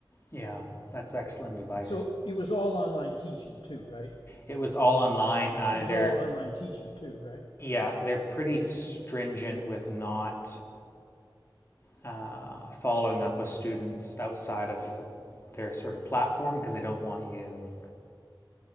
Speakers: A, on the left; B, on the left.
A: yeah, that's excellent advice.
B: So it was all online teaching too, right?
A: it was all online. Uh,
B: It was
A: they're
B: all online teaching too, right?
A: yeah, they're pretty stringent with not uh, following up with students outside of the, their sort of platform because they don't want you.